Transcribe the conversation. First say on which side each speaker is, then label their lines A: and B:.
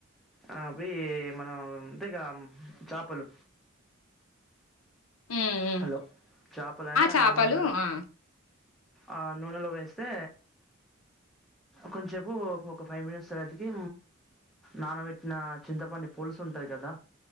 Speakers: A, in the centre; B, on the left.
A: ఆ అవి మనం ఇంతే ఇక చేపలు
B: మ్మ్ మ్మ్
A: హలో చాపలనే
B: చేపలు
A: ఆ నూనెల
B: ఆ
A: ఆ నూనెలో వేస్తే కొంచేపు ఒక ఒక ఫైవ్ మినిట్స్ తర్వాతికి నానబెట్టిన చింతపండు పులుసు ఉంటది కదా